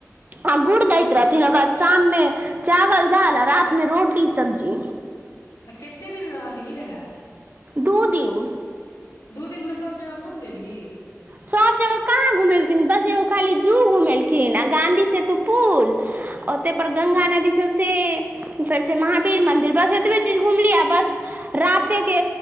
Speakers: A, on the right (about 35°); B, on the left (about 75°).
A: आ गुड़ दैत रहथिन ओकर ब शाममे चावल दाल आ राात मे रोटी सब्जी
B: तऽ कते दिन रहलीयै रहे
A: दू दिन
B: दू दिनमे सभ जगह घुम लेलही
A: सब जगह कहाँ घुमेलखिन बस एगो खाली जू घुमेलखिन <unintelligible> आ गांधी सेतु पुल ओते पर गंगा नदी से फेर से महावीर मंदिर बस एतबे चीज घुमली आ बस राते के